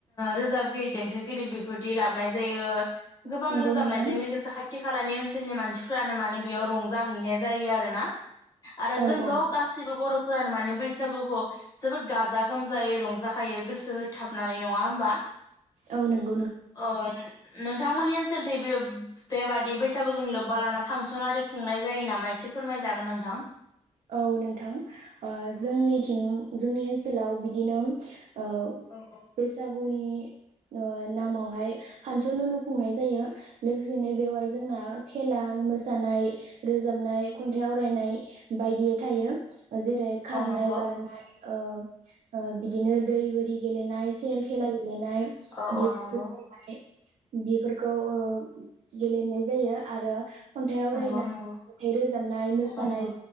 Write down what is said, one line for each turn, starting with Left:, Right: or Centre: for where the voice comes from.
Left: रोजाबगिरि देंखोगिरि बेफोरदि लाबनाय जायो। गोबां
Right: नंगौ
Left: रोजाबनायजों
Right: नोंथां
Left: लोगोसे खाथि खालानि ओन सोलनि मानसिफोरानो माने बेयाव रंजाहैनाय जायो आरोना आरो
Right: औ
Left: जोंथ
Right: औ
Left: गासिबो बरफोरानो माने बैसागुख जोबोद गाजा गोमजायै रंज जाखायो गोसो होथाबनानै नङा होमबा?
Right: औ नों
Left: अन नोंथांमोननि ओनसोलथि बे बेबादि बैसागु जों लोब्बा लाना फांसन आरि खुंनाय जायो नामा एसे फोरमायजागोन नोंथां ।
Right: औ नोंथां ओ जोंनिथिं जोंनि ओनस सोलाव बिदिनो ओ
Left: औ औ
Right: बैसागुनि ओम नामावहाय फांसन होनो खुंनाय जायो लोगोसेनो बेवहाय जोंना खेला मोसानाय रोजाबनाय खन्थाइ आवरायनाय। बायदियै थायो। जेरै खारनाय
Left: औ नंगौ
Right: बारनाय ओ बिदिनो दै बोरि गेलेनाय सेर खेला गेलेनाय
Left: औ
Right: <unintelligible>
Left: औ नंगौ
Right: बेफोरखौ ओ गेलेनाय जायो आरो। खन्थाइ आवरायनाय
Left: नंगौ
Right: खन्थाइ
Left: नंगौ
Right: रोजाबनाय मोसानाय।
Left: औ नंगौ